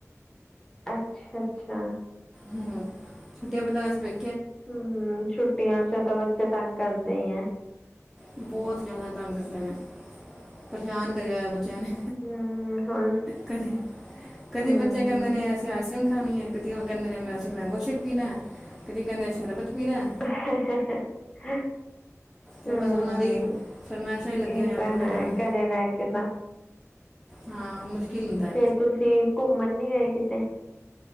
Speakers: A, on the left; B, in the centre.
A: ਅੱਛਾ-ਅੱਛਾ।
B: ਹੂੰ, ਛੁੱਟੀਆਂ ਬਿਤਾਉਣ ਚ ਪੇ
A: ਹੂੰ, ਛੁੱਟੀਆਂ ਚ ਤਾਂ ਬੱਚੇ ਤੰਗ ਕਰਦੇ ਈ ਐ।
B: ਬਹੁਤ ਜੈਦਾ ਤੰਗ ਕਰਦੇ ਨੇ ਪਰੇਸ਼ਾਨ ਕਰਿਆ ਹੋਇਆ ਬੱਚਿਆਂ ਨੇ।
A: ਹਮ ਹੁਣ
B: ਕਦੀ, ਕਦੀ
A: ਹਮ
B: ਬੱਚੇ ਕਹਿੰਦੇ ਨੇੇ ਆ ਆਈਸ ਕਰ੍ਰੀਮ ਖਾਣੀ ਐ, ਕਦੀ ਉਹ ਕਹਿੰਦੇ ਨੇ ਮੈਂ ਅਸੀਂ ਮੈਂਗੋ ਸ਼ੇਕ ਪੀਣਾ ਐ, ਕਦੀ ਕਹਿੰਦੇ ਸ਼ਰਬਤ ਪੀਣਾ ਐ।
A: <unintelligible>
B: ਤੇ
A: ਹੂੰ,
B: ਬਸ ਉਹਨਾਂ ਦੀ ਫਰਮਾਇਸ਼ਾਂ ਹੀ ਲੱਗੀਆਂ
A: ਇਹ
B: ਹੋਈਆਂ
A: ਤਾਂ
B: ਪੂਰਾ
A: ਹੈ
B: ਕਰਨ
A: ਘਰੇ ਰਹਿ ਕੇ ਤਾਂ
B: ਹਾਂ, ਮੁਸ਼ਕਿਲ ਹੁੰਦਾ।
A: ਫੇਰ ਤੁਸੀਂ ਘੁੰਮਣ ਨੀ ਗਏ ਕਿਤੇ।